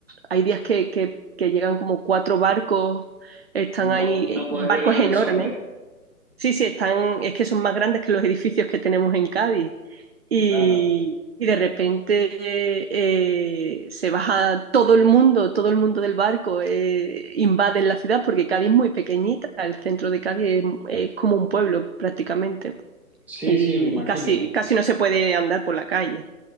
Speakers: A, on the right; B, in the centre.
A: hay días que, que- que llegan como cuatro barcos, están
B: No,
A: ahí,
B: po- no
A: eh,
B: podés
A: barcos
B: ver el horizonte.
A: enormes. Sí, sí, están, es que son más grandes que los edificios que tenemos en Cádiz. Y,
B: Claro.
A: y de repente eh, se baja todo el mundo, todo el mundo del barco, eh, invaden la ciudad, porque Cádiz es muy pequeñita, el centro de Cádiz es, es como un pueblo prácticamente.
B: Sí,
A: Y,
B: sí, me imagino.
A: y casi, casi no se puede andar por la calle.